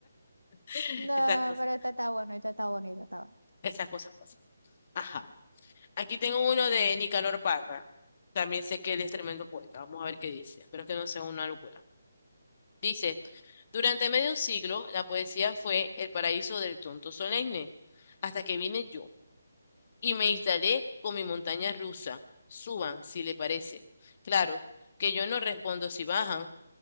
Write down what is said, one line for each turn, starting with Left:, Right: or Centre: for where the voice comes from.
Left: <laughs>
Right: No,
Left: Esas cosas,
Right: pero esta está bueno, esta está bonita, está bueno.
Left: esas cosas pasan. Ajá. Aquí tengo uno de Nicanor Parra. También sé que él es tremendo poeta. Vamos a ver qué dice. Espero que no sea una locura. Dice, durante medio siglo, la poesía fue el paraíso del tonto solemne, hasta que vine yo. y me instalé con mi montaña rusa. Suban, si le parece. Claro, que yo no respondo si bajan,